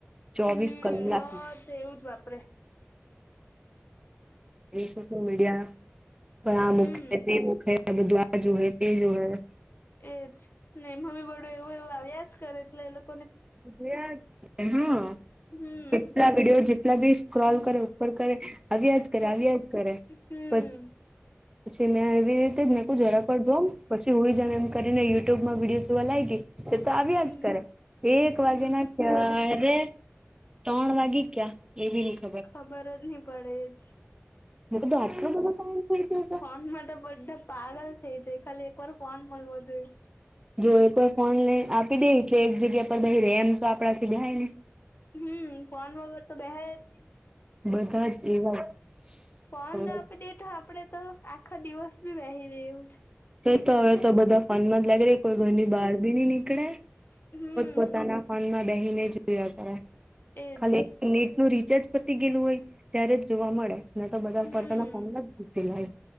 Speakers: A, on the right; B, on the left.
A: ચોવીસ
B: હમ
A: કલાક.
B: બધે એવું જ વાપરે
A: સોશિલ મીડિયા પણ
B: હમ
A: મુ ખે બધ જો હે તે જો હ <unintelligible> <inaudible>
B: એજ ને, હ બહુ એવું એવું આવ્યા જ કરે, એટલે એ લોકો
A: જોયા, હા,
B: હમ
A: કેટલા વિડીયો જેટલા બી સ્ક્રોલ કર્યો. પણ કરે, આવ્યા જ કરે,
B: એટલે
A: આવ્યા જ કરે,
B: હમ
A: પછી પછી મેં એવી રીતે જ મેંક જરા પર જોઉ, પછી હોય જ એમ કરીનેયુ્યુબમાં વિડીયો જોવા લાગી. તે તો આવ્યા
B: હમ
A: જ કરે. એક વાગ્યા
B: હમ
A: ના કરે, ત્રણ વાગે ક્યાં એવી રીતે.
B: ખબર જ નહી પડે જ.
A: મેં કીધું આટલો બધો ટાઈમ થઈ ગયો છે
B: ફોનમાં તો બધા પાગલ થઇ જાય, ખાલી એક વાર ફોન મળવા જોઈએ.
A: જો એકર ફોન લઈ આપી દે, એટલે એક જગ્યા પર રેમ તો આપડા થી જાય ને.
B: હમ, ફોન વગેર તો બેહાય ની.
A: બધા જ એવા સમ.
B: ફોન જો આપી દે તો આપડે તો આખો દિવસ બી વહી રહવું છે.
A: તો તો હવે તો બધા ફોનમાં જ લાગી રે, કોઈ ઘરની બહાર બી નહી નીકળે.
B: છે હમ
A: પોતાના ફોન માં બેહીને જોયા કરે,
B: એજ
A: ખાલી નેટ નું રિચાર્જ પતી ગયેલું હોય, ત્યારે જ જોવા મળે. તો બધા
B: હમ
A: ફટના ફોન ના જ ઘુસી લય